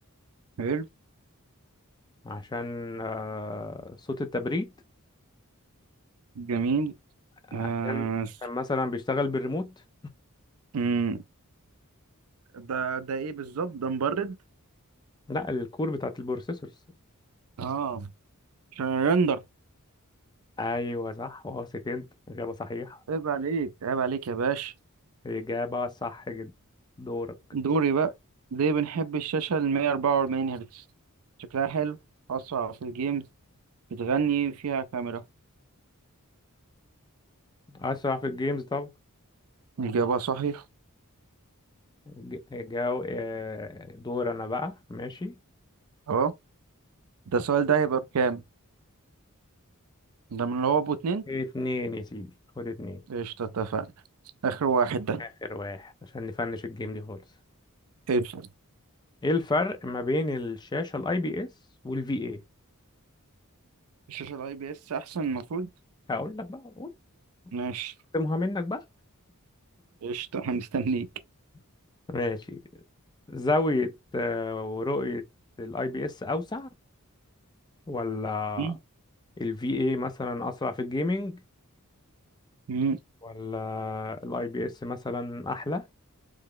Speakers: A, on the right; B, on the left.
A: حلو
B: عشان آه، صوت التبريد
A: جميل
B: عشان
A: آه. س-
B: عشان مثلا بيشتغل بالريموت
A: مم. ده ده ايه بالظبط ده مبرد
B: لا الكور بتاعت البروسيسورز
A: اه عشان الرندر
B: ايوه صح واثق انت اجابه صحيحه
A: عيب عليك عيب عليك يا باشا
B: اجابه صح جدا دورك
A: دوري بقى ليه بنحب الشاشة ال 144 هرتز شكلها حلو أسرع في الجيمز بتغني فيها كاميرا
B: اسرع في الجيمز طب
A: إجابة صحيحة
B: ج- جو آه، دور انا بقى ماشي
A: اه ده السؤال ده هيبقى بكام؟ ده من اللي هو أبو اتنين؟
B: اتنين يا سيدي خد اتنين
A: قشطة اتفقنا آخر واحد ده
B: اخر واحد عشان نفنش الجيم دي خالص
A: قشطة
B: ايه الفرق ما بين الشاشه الاي بي اس والفي اي
A: الشاشة ال IPS أحسن المفروض
B: هقول لك بقى قول
A: ماشي
B: اختمها منك بقى
A: قشطة أنا مستنيك
B: <laughs> ماشي زاوية آه، ورؤية الاي بي اس اوسع ولا
A: مم.
B: الفي اي مثلا اسرع في الجيمنج
A: مم.
B: ولا الاي بي اس مثلا احلى